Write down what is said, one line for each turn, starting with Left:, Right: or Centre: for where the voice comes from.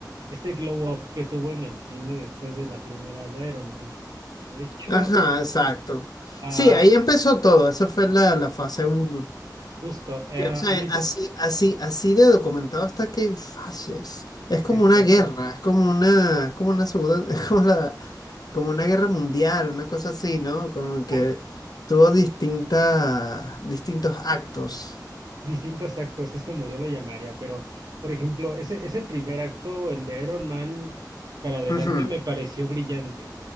Right: ese glow up que tuvo en el cine después de la primera de Iron Man. De hecho,
Left: Ajá, exacto.
Right: ah,
Left: Sí, ahí empezó todo, esa fue la, la fase uno
Right: justo, eh,
Left: Que, o sea,
Right: a mí,
Left: así,
Right: te-
Left: así, así de documentado hasta que hay fases. Es como
Right: exacto,
Left: una guerra, es como una, es como una segunda, <laughs> es como la, como una guerra mundial, una cosa así, ¿no? Como que
Right: a-
Left: tuvo distintas, distintos actos.
Right: distintos actos, es como yo lo llamaría, pero, por ejemplo, ese, ese primer acto, el de Iron Man, para adelante
Left: Ujú.
Right: me pareció brillante.